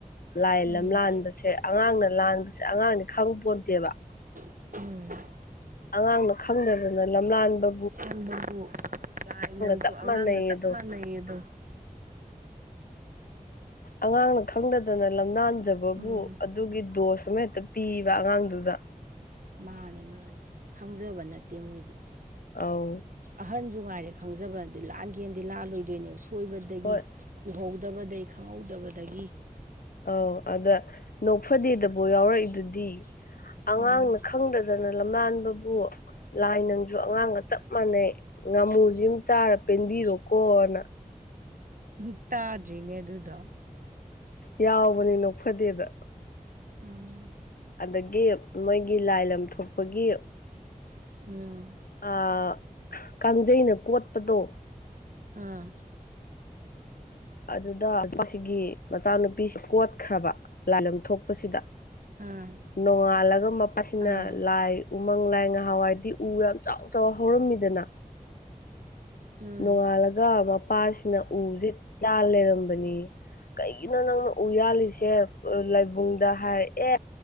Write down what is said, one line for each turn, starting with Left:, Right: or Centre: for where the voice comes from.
Left: ꯂꯥꯏ
Right: ꯎꯝ
Left: ꯂꯥꯝꯂꯥꯟꯕꯁꯦ ꯑꯉꯥꯡꯅ ꯂꯥꯟꯕꯁꯦ ꯑꯉꯥꯡꯗꯤ ꯈꯪ ꯄꯣꯟꯠꯇꯦꯕ
Right: ꯎꯝ
Left: ꯑꯉꯥꯡꯅ ꯈꯪꯗꯗꯅ ꯂꯝꯂꯥꯟꯕ
Right: ꯂꯟꯕꯕꯨ ꯂꯥꯏ ꯅꯪꯁꯨ
Left: ꯆꯞ
Right: ꯑꯉꯥꯡꯒ
Left: ꯃꯥꯟꯅꯩ
Right: ꯆꯞ
Left: ꯑꯗꯣ
Right: ꯃꯥꯟꯅꯩꯌꯦꯗꯣ ꯎꯝ
Left: ꯑꯉꯥꯡꯅ ꯈꯪꯗꯗꯅ ꯂꯝꯅꯥꯟꯖꯕꯕꯨ
Right: ꯎꯝ
Left: ꯑꯗꯨꯒꯤ ꯗꯣꯁ ꯑꯃ ꯍꯦꯛꯇ ꯄꯤꯌ‌ꯦꯕ ꯑꯉꯥꯡꯗꯨꯗ
Right: ꯃꯥꯅꯦ ꯃꯥꯅꯦ ꯈꯪꯖꯕ ꯅꯠꯇꯦ ꯃꯣꯏꯗꯤ
Left: ꯑꯥꯎ
Right: ꯑꯍꯟꯁꯨ ꯉꯥꯏꯔꯦ ꯈꯪꯖꯕꯅꯗ‌ꯦ ꯂꯥꯟꯒꯦꯟꯗꯤ ꯂꯥꯜꯂꯣꯏꯗꯣꯏꯅꯦꯕ ꯁꯣꯏꯕꯗꯒꯤ
Left: ꯍꯣꯏ
Right: ꯎꯍꯧꯗꯕꯗꯒꯤ ꯈꯪꯍꯧꯗꯕꯗꯒꯤ
Left: ꯑꯧ ꯑꯗ ꯅꯣꯛꯐꯗꯦꯗꯕꯨ ꯌꯥꯎꯔꯛꯏꯗꯨꯗꯤ ꯑꯉꯥꯡꯅ
Right: ꯎꯝ
Left: ꯈꯪꯗꯗꯅ ꯂꯝꯂꯥꯟꯕꯕꯨ ꯂꯥꯏ ꯅꯪꯁꯨ ꯑꯉꯥꯡꯒ ꯆꯞ ꯃꯥꯟꯅꯩ ꯉꯥꯃꯨꯖꯤꯝ ꯆꯥꯔ ꯄꯦꯟꯕꯤꯔꯣꯀꯣꯅ
Right: ꯎꯝ ꯇꯥꯗ꯭ꯔꯤꯅꯦ ꯑꯗꯨꯗꯣ
Left: ꯌꯥꯎꯕꯅꯤ ꯅ‌ꯣꯛꯐꯗ‌ꯦꯗ
Right: ꯑꯝ
Left: ꯑꯗꯒꯤ ꯃꯣꯏꯒꯤ ꯂꯥꯏ ꯂꯝ ꯊꯣꯛꯄꯒꯤ
Right: ꯒꯤ ꯎꯝ
Left: ꯑꯥ ꯀꯥꯡꯖꯩꯅ ꯀꯣꯠꯄꯗꯣ
Right: ꯑꯥ
Left: ꯑꯗꯨꯗ ꯅꯨꯄꯥꯁꯤꯒꯤ ꯃꯆꯥꯅꯨꯄꯤꯁꯤ ꯀꯣꯠꯈ꯭ꯔꯕ ꯂꯥꯏꯂꯝ ꯊꯣꯛꯄꯁꯤꯗ
Right: ꯑꯥ
Left: ꯅꯣꯡꯉꯥꯜꯂꯒ ꯃꯄꯥꯁꯤꯅ
Right: ꯑꯥ
Left: ꯂꯥꯏ ꯎꯃꯪ ꯂꯥꯏ ꯉꯍꯥꯎꯋꯥꯏꯗꯤ ꯎ ꯌꯥꯝ ꯆꯥꯎ ꯆꯥꯎ ꯍꯧꯔꯝꯃꯤꯗꯅ
Right: ꯎꯝ
Left: ꯅꯣꯡꯉꯥꯜꯂꯒ ꯃꯄꯥꯁꯤꯅ ꯎꯁꯦ ꯌꯥꯜ ꯂꯩꯔꯝꯕꯅꯤ ꯀꯩꯒꯤꯅꯣ ꯅꯪꯅ ꯎ ꯌꯥꯜꯂꯤꯁꯦ ꯂꯥꯏꯕꯨꯡꯗ ꯍꯥꯏ ꯑꯦ